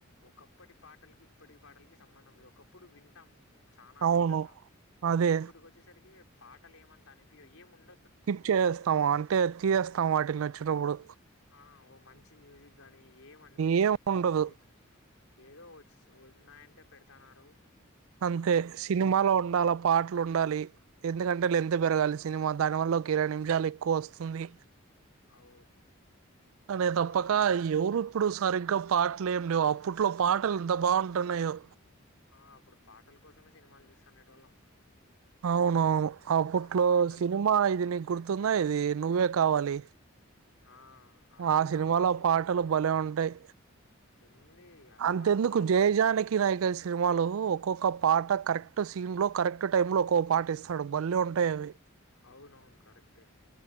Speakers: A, on the left; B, on the right.
A: ఒకప్పటి పాటలకి ఇప్పటి పాటలకి సంబంధం లేదు ఒకప్పుడు వింటాం చాలా
B: అవును.
A: ఇష్టంగా
B: అదే.
A: ఇప్పటికి వచ్చేసరికి పాటలు ఏమాను ఏము ఉండ
B: స్కిప్ చేసేస్తాము అంటే తీసేస్తాము వాటిని వచ్చినప్పుడు
A: ఆ ఓ మంచి మ్యూజిక్ గాని ఏం అనిపిదు
B: ఏం ఉండదు.
A: సంగీతం ఏదో ఉన్నాయంటే పెడతున్నారు
B: అంతే సినిమాలో ఉండాల పాటలు ఉండాలి ఎందుకంటే గంటల లెంత పెరగాలి సినిమా దానివల్లకి ఇరవై నిమిషాలు ఎక్కువ వస్తుంది
A: అవు
B: అనే
A: అలో
B: తప్పక
A: అన్
B: ఎవరు ఇప్పుడు సరిగ్గా పాటలే అప్పట్లో పాటలు ఎంత బాగుంటున్నాయో
A: ఆ అప్పుడు పాటల కోసమే సినిమాలు చూస్తానెటోల్లం
B: అవునవును అప్పట్లో
A: పాటలు
B: సినిమా
A: కావచ్చు
B: ఇది నీ గుర్తుందా ఇది నువ్వే కావాలి
A: ఆ అది
B: ఆ సినిమాలో
A: కావచ్చు
B: పాటలు
A: ఇంకా
B: భలే ఉంటాయి
A: ఎన్ని అసలు
B: అంతెందుకు
A: ఆ కాలం
B: జయజానికి నా కలిసి సినిమాలు ఒక్కొక్క పాట కరెక్ట్ సీన్ లో కరెక్ట్ టైమ్ లో ఒక్కొక్క పాట ఇస్తాడు భలే ఉంటాయి అవి
A: అవునవును కరెక్టే